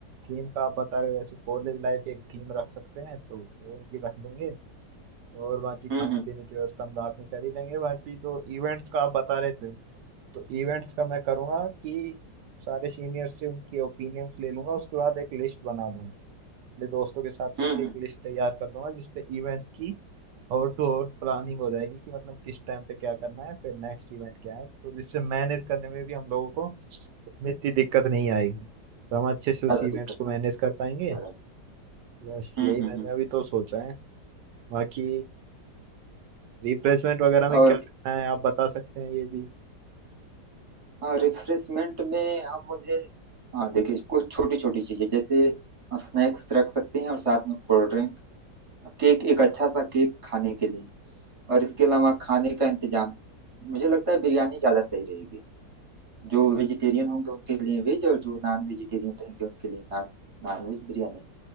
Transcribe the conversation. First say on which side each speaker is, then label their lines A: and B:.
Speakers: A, on the right; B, on the right.
A: थीम का आप बता रहे हो, वैसे कॉलेज लाइफ एक थीम रख सकते हैं तो वो उनकी रख देंगे और बाकी खाने
B: हम्म हम्म
A: पीने की व्यवस्था हम रात में कर ही देंगे बाकी तो इवेंट्स का आप बता रहे थे तो इवेंट्स का मैं करूँगा कि सारे सीनियर से उनके ओपिनियंस ले लूंगा उसके बाद एक लिस्ट बना दूंगा अपने दोस्तों के साथ
B: हम्म
A: मिलकर
B: हम्म,
A: एक लिस्ट तैयार कर दूंगा जिसपे इवेंट्स की और टू और प्लानिंग हो जाएगी कि मतलब किस टाइम पे क्या करना है फिर नेक्स्ट इवेंट क्या है तो जिससे मैनेज करने में भी हम लोगों को में इतनी दिक्कत नहीं आएगी तो हम अच्छे से उस
B: ज्यादा
A: इवेंट्स
B: दिक्कत
A: को
B: ना
A: मैनेज
B: हो
A: कर पाएंगे
B: ज्यादा
A: बस
B: हम्म
A: यही
B: हम्म
A: मैंने
B: हम्म
A: अभी तो सोचा है बाकी रिफ्रेशमेंट वगैरह
B: और
A: में क्या रखना है आप बता सकते हैं ये भी
B: हाँ रिफ्रेशमेंट में हम उन्हें हाँ देखिए कुछ छोटी छोटी चीजें जैसे स्नैक्स रख सकते हैं और साथ में कोल्ड ड्रिंक केक एक अच्छा सा केक खाने के लिए और इसके अलावा खाने का इंतजाम मुझे लगता है बिरयानी ज्यादा सही रहेगी जो वेजिटेरियन होंगे उनके लिए वेज और जो नॉन वेजिटेरियन रहेंगे उनके लिए नॉन नॉन वेज बिरयानी